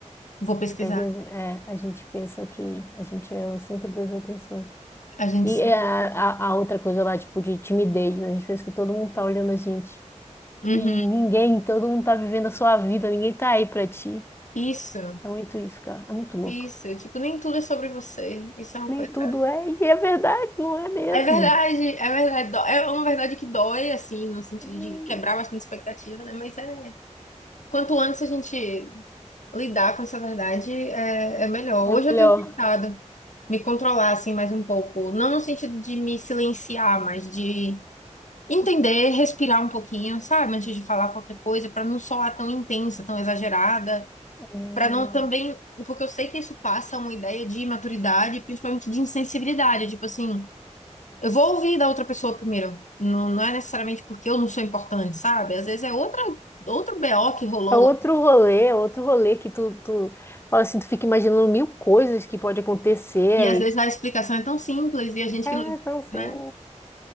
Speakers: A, on the left; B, on the left.
A: Vou pesquisar.
B: Que às vezes é, a gente pensa que a gente é o centro das atenções.
A: A gente
B: E
A: sabe.
B: é a, a, a outra coisa lá, tipo, de timidez. né? A gente pensa que todo mundo tá olhando a gente.
A: Uhum.
B: E ninguém, todo mundo tá vivendo a sua vida, ninguém tá aí pra ti.
A: Isso,
B: É muito isso, cara. É muito louco.
A: isso. Tipo, nem tudo é sobre você. Isso é uma
B: Nem
A: coisa.
B: tudo é, e é verdade, não é mesmo.
A: É verdade, é verdade. Dó- É uma verdade que dói, assim, no sentido
B: Hum,
A: de quebrar bastante expectativa, né? Mas é. Quanto antes a gente lidar com essa verdade, é, é melhor.
B: É
A: Hoje eu
B: melhor.
A: tenho tentado me controlar, assim, mais um pouco. Não no sentido de me silenciar, mas de entender, respirar um pouquinho, sabe? Antes de falar qualquer coisa, para não soar tão intensa, tão exagerada.
B: Hum.
A: para não também, porque eu sei que isso passa uma ideia de imaturidade, principalmente de insensibilidade, tipo assim, eu vou ouvir da outra pessoa primeiro, não, não é necessariamente porque eu não sou importante, sabe? Às vezes é outra, outro BO que rolou
B: É outro
A: lá,
B: rolê, é outro rolê que tu, tu fala assim, tu fica imaginando mil coisas que pode acontecer
A: e
B: aí.
A: às vezes a explicação é tão simples e a gente
B: É,
A: que não,
B: então assim,
A: né?